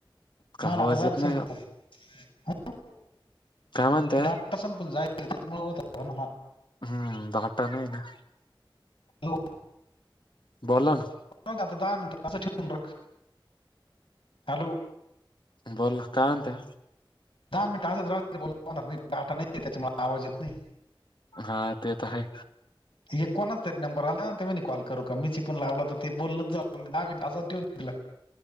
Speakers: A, on the left; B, on the left.
A: का
B: म नाटा
A: आवाज
B: जायच
A: येत
B: संत
A: नाही
B: <inaudible> <unintelligible>
A: काय म्हणताय
B: डाटा संपून जायचं होत ना हा <inaudible>
A: हम्म डाटा नाहीये ना
B: हॅलो
A: बोला ना
B: आता दहा मिनटं असं ठेवून राख हॅलो
A: बोला काय म्हणताय
B: दहा मिनिटं असंच राहूदे <inaudible> टाटा नाही त्यांच्यामुळे आवाज येत नाही
A: हा ते तर आहे
B: एक कोणाच तरी नंबर आला ना ते म कॉल करू का मीची पण लावला तर ते बोललच जा दहा मिनिटं असेच ठेवून दिला. ह